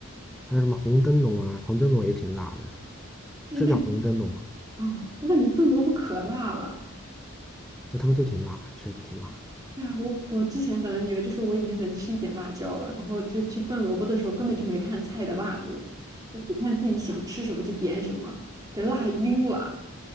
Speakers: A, in the centre; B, on the right.
A: 还有什么红灯笼啊，红灯笼也挺辣的，
B: 我感觉
A: 是叫红灯笼吗？
B: 啊、我感觉笨萝卜可辣了。
A: 那他们都挺辣，确实挺辣。
B: 对啊，我我之前本来以为就是我已经能吃一点辣椒了，然后就去笨萝卜的时候根本就没看菜的辣度，就只看自己想吃什么就点什么，给辣晕了。